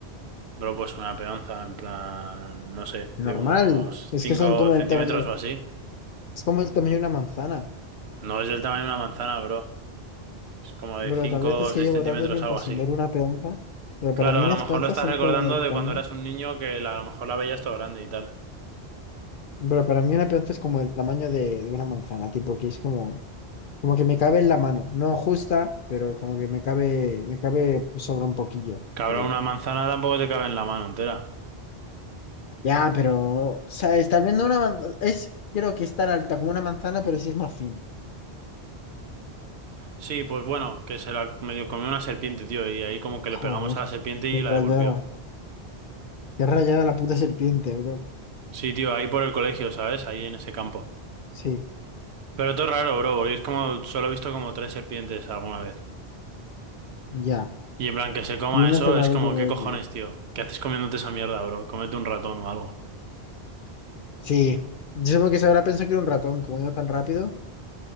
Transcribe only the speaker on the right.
Bro, pues una peonza, en plan, no sé, de
unos
5
centímetros
o así.
No es del tamaño de una manzana, bro. Es como de
5
o 6
centímetros,
algo así.
Claro,
a
lo mejor
lo estás
recordando
de
cuando eras un niño que la- a lo mejor la veías todo grande y tal.
Cabrón,
una manzana tampoco te cabe en la mano entera.
Sí, pues bueno, que se la medio comió una serpiente, tío, y ahí como que le pegamos
a la serpiente y
la
devolvió.
Sí, tío, ahí por el colegio, ¿sabes? Ahí en ese campo.
Pero todo raro, bro, porque es como, solo he visto como tres serpientes alguna vez.
Y en plan, que se coma
eso
es
como,
¿qué cojones, tío? ¿Qué haces comiéndote esa mierda, bro? Cómete un ratón o algo.